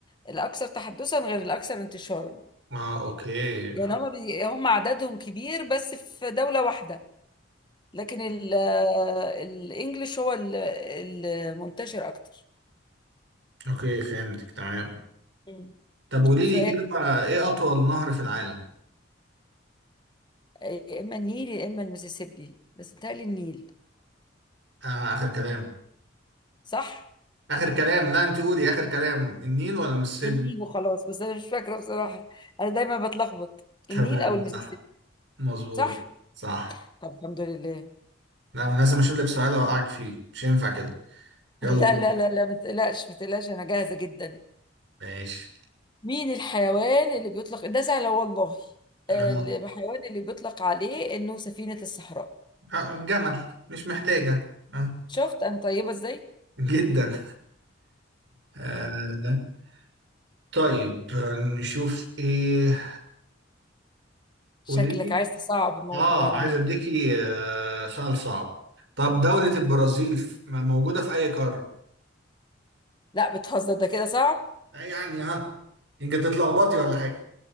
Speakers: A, on the left; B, on the right.
A: الأكثر تحدثا غير الأكثر انتشارا
B: اه أوكي
A: يعني هم بي... هم عددهم كبير بس في دولة واحدة لكن ال... الانجليش هو ال- المنتشر اكتر
B: أوكي فهمتك تمام
A: مم.
B: طب قولي
A: سؤال
B: لي كده إيه أطول نهر في العالم؟
A: يا اما النيل يا اما المسيسيبي بس بيتهيألي النيل
B: آه آخر كلام
A: صح
B: آخر كلام لا أنت قولي آخر كلام النيل ولا المسيسيبي؟
A: النيل وخلاص بس انا مش فاكرة بصراحة انا دايما بتلخبط
B: تمام
A: النيل او المسيسيبي
B: صح مظبوط
A: صح
B: صح
A: طب الحمد لله
B: لا انا لازم اشوف لك سؤال اوقعك فيه مش ينفع كده
A: <laughs>
B: يلا
A: لا
B: بينا.
A: لا لا لا ما تقلقش ما تقلقش انا جاهزة جدا
B: ماشي
A: مين الحيوان اللي بيطلق ده سهلة والله آه،
B: آه.
A: الحيوان اللي بيطلق عليه انه سفينة الصحراء
B: آه، الجمل مش محتاجة آه.
A: شفت انا طيبه ازاي
B: جدا <laughs> آه. طيب نشوف ايه
A: شكلك
B: قولي لي
A: عايز تصعب الموضوع
B: اه
A: انا
B: عايز
A: عارف
B: اديكي آه سؤال صعب طب دولة البرازيل ف- موجودة في اي قارة؟
A: لا بتهزر ده كده صعب
B: آه، يعني ها يمكن تتلخبطي ولا حاجة